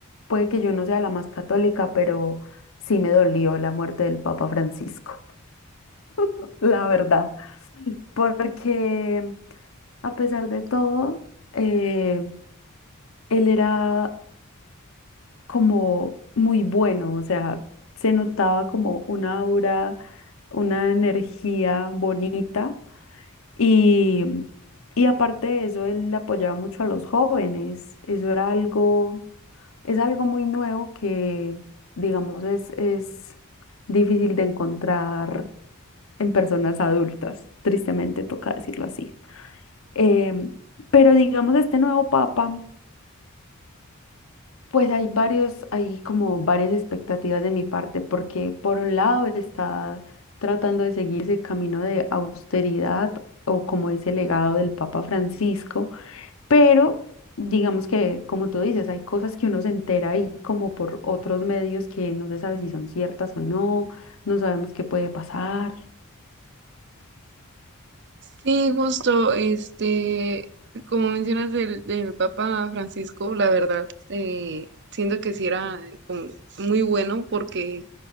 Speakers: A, on the left; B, on the right.
A: puede que yo no sea la más católica, pero sí me dolió la muerte del Papa Francisco, <laughs> la verdad. Porque a pesar de todo, eh, él era como muy bueno, o sea, se notaba como una aura, una energía bonita Y, y aparte de eso, él apoyaba mucho a los jóvenes. Eso era algo, es algo muy nuevo que, digamos, es, es difícil de encontrar en personas adultas. Tristemente toca decirlo así. Em, pero digamos, este nuevo papa, pues hay varios, hay como varias expectativas de mi parte, porque por un lado está tratando de seguir ese camino de austeridad o como ese legado del Papa Francisco Pero digamos que, como tú dices, hay cosas que uno se entera ahí como por otros medios que no se sabe si son ciertas o no, no sabemos qué puede pasar.
B: Sí, justo, este, como mencionas del, del Papa Francisco, la verdad, eh, siento que sí era como muy bueno porque